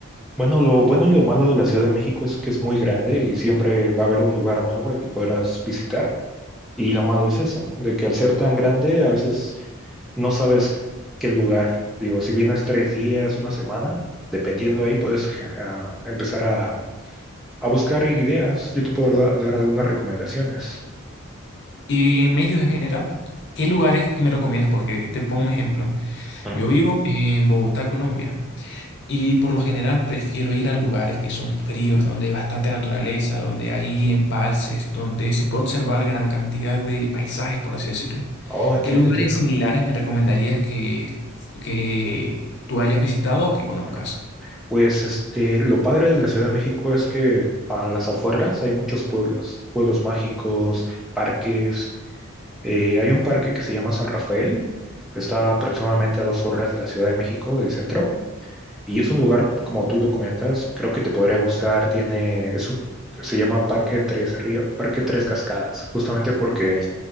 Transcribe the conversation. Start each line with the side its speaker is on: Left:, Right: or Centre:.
Centre: Bueno, lo bueno y lo malo de la Ciudad de México es que es muy grande y siempre va a haber un lugar nuevo al que podrás visitar. Y lo malo es eso, de que al ser tan grande, a veces no sabes qué lugar. Digo, si vienes tres días, una semana, dependiendo ahí, puedes eh, a empezar a, a buscar ideas. Yo te puedo da- dar algunas recomendaciones.
Left: Y en México en general, ¿qué lugares que me recomiendas? Porque te pongo un ejemplo.
Centre: Ujú.
Left: Yo vivo en Bogotá, Colombia. Y por lo general prefiero ir a lugares que son fríos, donde hay bastante naturaleza, donde hay embalses, donde se puede observar gran cantidad de paisajes, por así decirlo.
Centre: Oh, entiendo,
Left: ¿Qué lugares
Centre: entiendo.
Left: similares me recomendarías que, que tú hayas visitado o que conozcas?
Centre: Ujú. Pues este, lo padre de la Ciudad de México es que a las afueras hay muchos pueblos, pueblos mágicos, parques. Eh, hay un parque que se llama San Rafael, está aproximadamente a dos horas de la Ciudad de México, el centro. Y es un lugar, como tú lo comentas, creo que te podría gustar. Tiene, es un- se llama Parque Tres Río, Parque Tres Cascadas, justamente porque